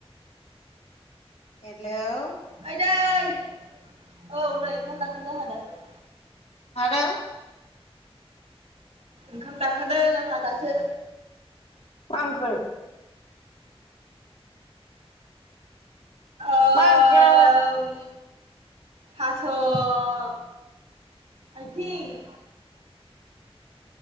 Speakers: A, on the left; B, on the right.
A: हेलौ
B: आइदै औ नै ओंखाम जाखांदों आंहा दासो।
A: मादों?
B: ओंखाम जाखांदों आंहा दासो।
A: मा ओंख्रै?
B: ओम
A: मा ओंख्रै?
B: थास' आइथिं